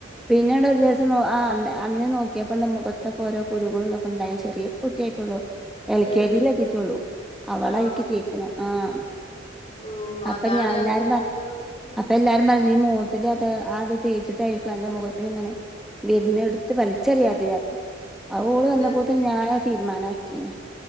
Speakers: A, in the centre; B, on the left.
A: പിന്നെണ്ട് ഒരു ദിവസം ആഹ് അന്നെ അന്ന് നോക്കിയപ്പോ ഉണ്ട് മുഖത്തൊ ഓരോ കുരുകളുംതൊക്കെ ഉണ്ടായിന്നു ചെറിയ കുട്ടിയായിട്ടുള്ളോ എൽ
B: ഉം
A: കെ ജി ലെത്തിട്ടുള്ളൂ അവളാഇക്കി
B: ആഹ്
A: കേക്ക്‌ന്ന ആഹ്
B: ഓ
A: അപ്പൊ
B: അതാണ്
A: ഞാൻ എല്ലാരുംപറ
B: അങ്ങനെ അത് ഉം
A: അപ്പ എല്ലാരുംപറഞ്ഞു നീ മോത്തിലത്, ആ അത് തേച്ചിട്ടായിരിക്കും അന്റെ മൊഖത്തിന് ഇങ്ങനെ വരുന്ന്
B: ഉം
A: ഇടുത്ത് പറയും. ചെറിയാതിയാരുന്നു. അത് ഓള്
B: അതെ
A: വന്നപ്പോ
B: അതെ
A: തന്നേ ഞാൻ അത് തീരുമാനാക്കി ഞാൻ.